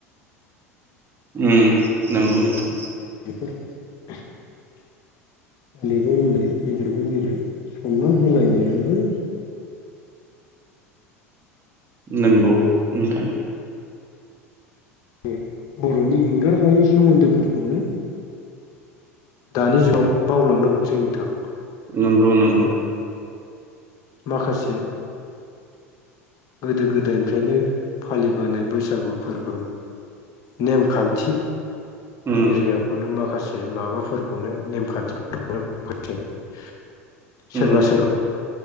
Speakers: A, on the right (about 30°); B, on the left (about 50°).
A: उम नंगौ नोंथां
B: <inaudible> उन्दैखौ उन्दै गिदिरखौ गिदिर सनमान होलायनायाबो
A: नंगौ नोंथां
B: बे बर'नि एंगार हायै सोमोन्दोफोरखौनो दानि जुगाव बावलांनो हमसै नोंथां।
A: नोंंगौ नंगौ
B: माखासे गोदो गोदायनिफ्रायनो फालिबोनाय बैसागु फोरबो नेमखान्थि
A: उम
B: एरियाखौनो माखासे
A: उम
B: <inaudible>